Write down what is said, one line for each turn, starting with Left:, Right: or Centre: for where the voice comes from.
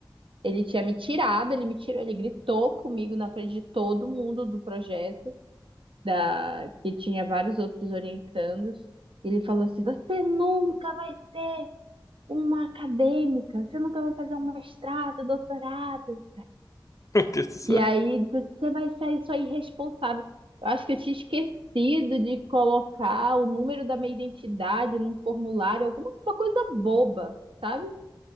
Right: Ele tinha me tirado, ele me tirou, ele gritou comigo na frente de todo mundo do projeto, da que tinha vários outros orientandos. Ele falou assim: "Você nunca vai ser uma acadêmica, você nunca vai fazer um mestrado, um doutorado".
Left: <laughs> Meu Deus do céu.
Right: E aí disse, você vai sair só irresponsável. Eu acho que eu tinha esquecido de colocar o número da minha identidade num formulário, alguma uma coisa boba, sabe?